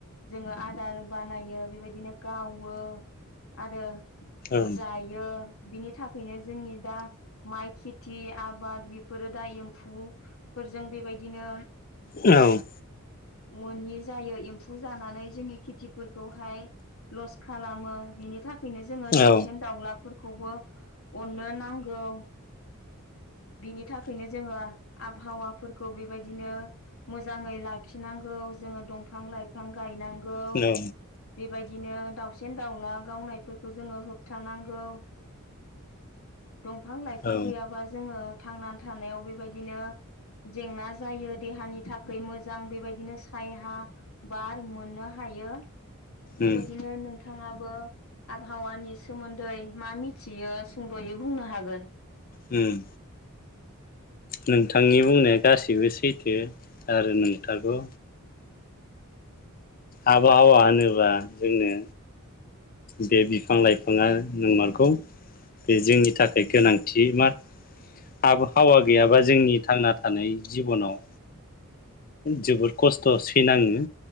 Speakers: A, on the left; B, on the left.
A: जोङो आदार बानायो बेबायदिनो गाव बो आरो
B: औ
A: जायो बिनि था खायनो जोंनि दा माइ खेथि आबाद बेफोरो दा एम्फौफोरजों बेबायदिनो
B: औ
A: मोनि जायो एम्फौ जानानै जोंनि खेथिफोरखौहाय लस खालामो बिनि थाखाय फैनो जोङो दाउसेन
B: औ
A: दाउलाफोरखौ खौबो अननो नांगौ। बिनि थाखायनो जोङो आबहावाफोरखौ बेबायदिनो मोजाङै लाखिनांगौ जोङो दंफां लाइफां गायनांग गौ
B: औ
A: बेबायद बिदिनो दाउ सेन दाउला गावनायफोरखौ जोङो होबथानांगौ दंफां लाइफां
B: औ
A: गैयाबा जोङो। थांनानै थानायाव बेबायदिनो जेंना जायो देहानि थाखाय मोजां बेबायदिनो सायहा बार मोननो हायो बेबायदिनो
B: उम
A: नों थाङाबो आबहावानि सोमोन्दै मा मिथियो सुंद'यै बुंनो हागोन
B: होम नोंथांनि बुंनाया गासिबो सैथो आरो नोंथारगौ। आबहावा होनोबा जोंनो बे बिफां लाइफाङा नंमारगौ बे जोंनि थाखाय गोनांथि मार आबहावा गैयाबा जोंनि थांना थानाय जिबनाव जोबोद खस्थ' सैनाङो